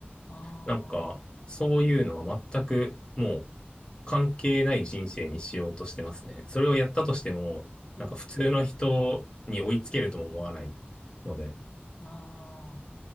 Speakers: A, on the left (about 45°); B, on the left (about 25°).
A: ああ、
B: なんか、そういうのは全くもう関係ない人生にしようとしてますね。それをやったとしても、
A: うん。
B: なんか普通の人に追いつけるとも思わないので、
A: ああ。